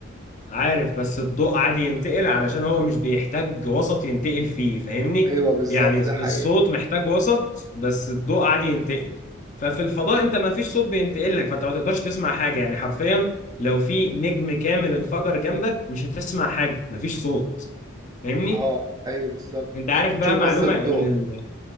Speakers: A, on the left; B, on the right.
A: عارف بس الضوء عادي ينتقل علشان هو مش بيحتاج وسط ينتقل فيه فاهمني
B: ايوه بالظبط
A: يعني
B: ده حقيقة
A: الصوت محتاج وسط بس الضوء عادي ينتقل ففي الفضاء انت ما فيش صوت بينتقل لك فانت ما تقدرش تسمع حاجة يعني حرفيا لو في نجم كامل انفجر جنبك مش هتسمع حاجة ما فيش صوت فاهمني
B: اه ايوه بالظبط
A: انت عارف
B: بتشوف
A: بقى معلومة
B: بس الضوء
A: ان ال...